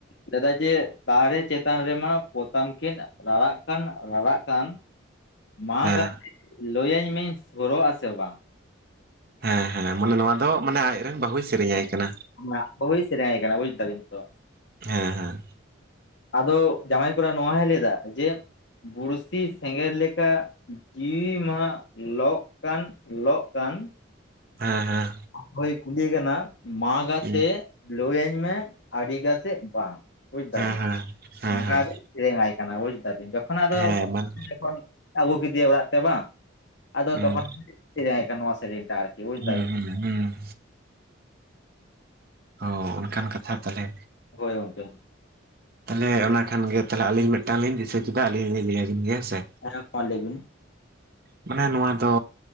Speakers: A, on the left; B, on the right.
A: ᱞᱮᱫᱟᱭ ᱡᱮ ᱫᱟᱨᱮ ᱪᱮᱛᱟᱱ ᱨᱮᱢᱟ ᱯᱚᱛᱟᱢ ᱠᱤᱱ ᱨᱟᱨᱟᱜ ᱠᱟᱱ ᱨᱟᱨᱟᱜ ᱠᱟᱱ᱾ ᱢᱟ
B: ᱦᱮᱸ
A: ᱜᱟ ᱞᱟᱹᱭᱟᱹᱧ ᱢᱤᱧ ᱥᱳᱨᱚᱜ-ᱟ ᱥᱮ ᱵᱟᱝ?
B: ᱦᱮᱸ ᱦᱮᱸ ᱢᱟᱱᱮ ᱱᱚᱣᱟ ᱫᱚ ᱢᱟᱱᱮ ᱟᱡᱨᱮᱱ ᱵᱟᱹᱦᱩᱭ ᱥᱮᱨᱮᱧ ᱟᱭ ᱠᱟᱱᱟ᱾
A: ᱢᱟᱱᱮ ᱟᱡ ᱵᱟᱹᱦᱩᱭ ᱥᱮᱨᱮᱧ-ᱟᱭ ᱠᱟᱱᱟ, ᱵᱚᱡᱽ ᱫᱟᱵᱤᱱ ᱛᱚ?
B: ᱦᱮᱸ ᱦᱮᱸ᱾
A: ᱟᱫᱚ ᱡᱟᱶᱟᱭ ᱠᱚᱲᱟ ᱱᱚᱣᱟ ᱦᱚᱸᱭ ᱞᱟᱹᱭᱫᱟ ᱡᱮ ᱵᱩᱲᱥᱤ ᱥᱮᱸᱜᱮᱞ ᱞᱮᱠᱟ ᱡᱤᱣᱤ ᱢᱟ ᱞᱚᱜ ᱠᱟᱱ ᱞᱚᱜ ᱠᱟᱱ᱾
B: ᱦᱮᱸ ᱦᱮᱸ᱾
A: ᱟᱡ ᱵᱟᱹᱦᱩᱭ ᱠᱩᱞᱤᱭᱮ ᱠᱟᱱᱟ ᱢᱟ ᱜᱟᱛᱮ
B: ᱦᱮᱸ
A: ᱞᱟᱹᱭᱟᱹᱧ ᱢᱮ ᱟᱹᱰᱤᱜᱟᱛᱮᱫ ᱵᱟᱝ᱾ ᱵᱩᱡᱽ ᱫᱟᱵᱤᱧ?
B: ᱦᱮᱸ ᱦᱮᱸ ᱦᱮᱸ ᱦᱮᱸ ᱦᱮᱸ
A: ᱱᱚᱝᱠᱟ
B: ᱦᱮᱸ
A: ᱟᱫᱚᱭ ᱥᱮᱨᱮᱧᱟᱭ ᱠᱟᱱᱟ᱾ ᱵᱩᱡᱽ ᱫᱟᱵᱤᱱ? ᱡᱚᱠᱷᱚᱱ ᱟᱫᱚ
B: ᱦᱮᱸ ᱦᱮᱸ ᱢᱟᱱ
A: <inaudible> ᱟᱹᱜᱩ ᱠᱮᱫᱮᱭᱟ ᱚᱲᱟᱜ ᱛᱮ ᱵᱟᱝ, ᱟᱫᱚ
B: ᱦᱩᱸ
A: ᱛᱚᱠᱷᱚᱱ, ᱥᱮᱨᱮᱧ ᱟᱭ ᱠᱟᱱᱟ ᱱᱚᱣᱟ ᱥᱮᱨᱮᱧ ᱴᱟᱜ ᱟᱨᱠᱤ᱾ ᱵᱩᱡ
B: ᱦᱩᱸ
A: ᱫᱟᱵᱤᱱ
B: ᱦᱩᱸ ᱦᱩᱸ᱾ ᱚ ᱚᱱᱠᱟᱱ ᱠᱟᱛᱷᱟ ᱛᱟᱞᱦᱮ᱾
A: ᱦᱳᱭ ᱜᱚᱝᱠᱮ᱾
B: ᱛᱟᱞᱦᱮ ᱚᱱᱟ ᱠᱷᱟᱱ ᱜᱮ ᱛᱟᱞᱦᱮ ᱟᱹᱞᱤᱧ ᱢᱤᱫᱴᱟᱝ ᱞᱤᱧ ᱫᱤᱥᱟᱹ ᱠᱮᱫᱟ ᱟᱹᱞᱤᱧ ᱞᱤᱧ ᱞᱟᱹᱭ ᱟᱹᱵᱤᱧ ᱜᱮ, ᱦᱮᱸ ᱥᱮ?
A: ᱦᱮᱸ ᱢᱟ ᱞᱟᱹᱭ ᱵᱤᱱ᱾
B: ᱢᱟᱱᱮ ᱱᱚᱣᱟ ᱫᱚ